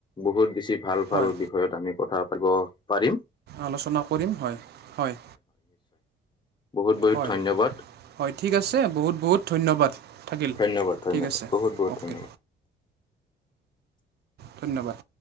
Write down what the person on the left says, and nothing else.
বহুত বেছি ভাল
ভাল বিষয়ত আমি কথা পাতিব পাৰিম।
বহুত বহুত
ধন্যবাদ
ধন্যবাদ ধন্যবাদ
বহুত বহুত
ধন্যবাদ।